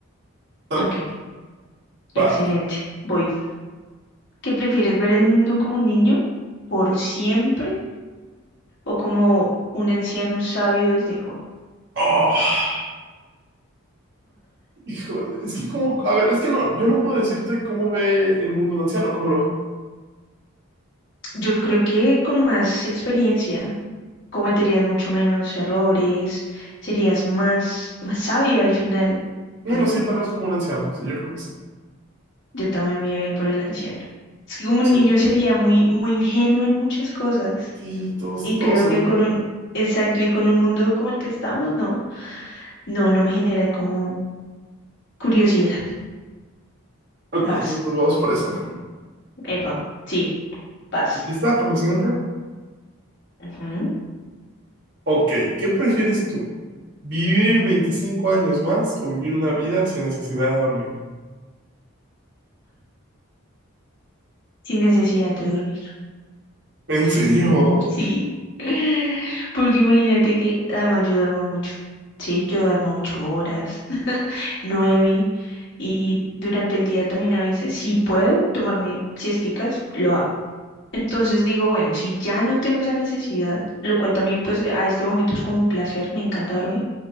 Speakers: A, on the right (about 55°); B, on the left (about 55°).
A: Totalmente.
B: Ok,
A: Vas.
B: excelente. Voy. ¿Qué prefieres, ver el mundo como un niño por siempre o como un anciano sabio desde joven?
A: Oh, híjole. Es que como, a ver, es que no, yo no puedo decirte cómo ve el mundo un anciano, cómo lo ve.
B: Yo creo que con más experiencia cometerías mucho menos errores, serías más, más sabio al final,
A: Bueno,
B: ¿no?
A: sí, tal vez como un anciano. Sí, yo creo que sí.
B: Yo también me iba a ir por el anciano. Es que como un
A: Sí.
B: niño sería muy, muy ingenuo en muchas cosas
A: Sí, todos,
B: y
A: todos
B: creo
A: se
B: que
A: burlan.
B: con un, exacto, y con un mundo como el que estamos, no, no, no me genera como curiosidad.
A: Ok, entonces
B: Vas,
A: nos vamos por esa.
B: Epa, sí, vas.
A: ¿Lista para la siguiente?
B: Ujú.
A: Ok, ¿qué prefieres tú? ¿Vivir 25 años más o vivir una vida sin necesidad de dormir?
B: sin necesidad de dormir.
A: <laughs> ¿En serio?
B: Sí. <laughs> Porque imagínate que además yo duermo mucho. Sí, yo duermo ocho horas, <laughs> nueve, y durante el día también a veces, si puedo tomarme siesticas, lo hago. Entonces digo, bueno, si ya no tengo esa necesidad, lo cual también pues a este momento es como un placer, me encanta dormir,